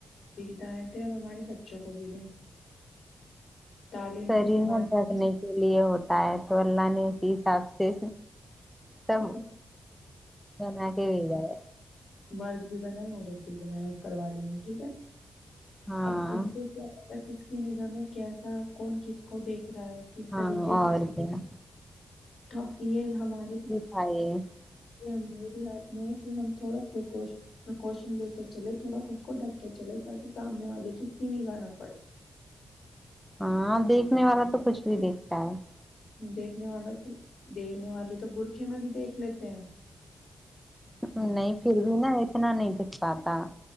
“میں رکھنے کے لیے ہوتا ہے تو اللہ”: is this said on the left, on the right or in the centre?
Centre